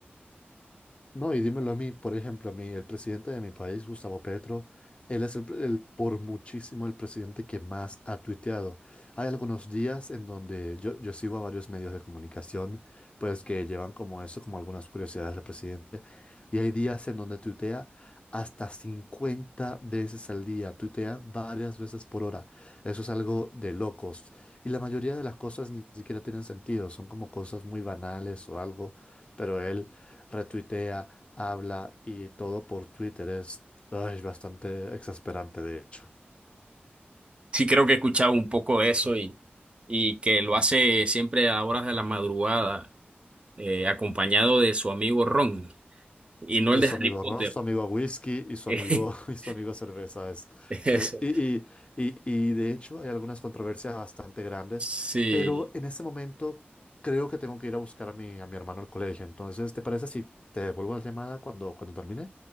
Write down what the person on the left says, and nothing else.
No, y dímelo a mí, por ejemplo, a mí, el presidente de mi país, Gustavo Petro, él es el, pre- el- por muchísimo el presidente que más ha tuiteado. Hay algunos días en donde yo, yo sigo a varios medios de comunicación, pues que llevan como eso, como algunas curiosidades del presidente, y hay días en donde tuitea hasta 50 veces al día, tuitea varias veces por hora. Eso es algo de locos. Y la mayoría de las cosas ni siquiera tienen sentido, son como cosas muy banales o algo pero él retuitea, habla y todo por Twitter es ay, bastante exasperante, de hecho.
De
su
amigo
Ron, su amigo Whisky y su
amigo, <laughs> y su amigo Cerveza. Es,
eh, y, y, y, y de hecho hay algunas controversias bastante grandes,
pero en este momento creo que tengo que ir a buscar a mi, a mi hermano al colegio. Entonces, ¿te parece si te devuelvo la llamada cuando, cuando termine?